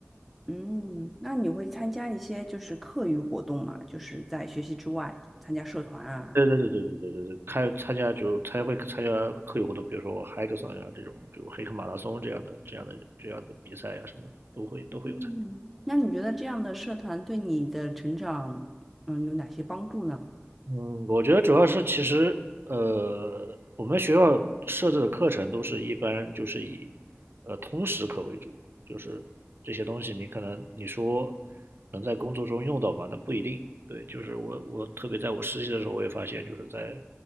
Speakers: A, in the centre; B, on the right.
A: 嗯，那你会参加一些就是课余活动嘛，就是在学习之外参加社团啊？
B: 对对对对对对对对，看参加就参加会参加课余活动，比如说我 hackathon 呀这种，就黑客马拉松这样的这样的这样的比赛呀什么的，都会都会有参加。
A: 嗯，那你觉得这样的社团对你的成长，嗯，有哪些帮助呢？
B: 嗯，我觉得主要是其实呃，我们学校设置的课程都是一般就是以呃通识课为主，就是这些东西你可能你说能在工作中用到吗？那不一定。对，就是我我特别在我实习的时候，我也发现就是在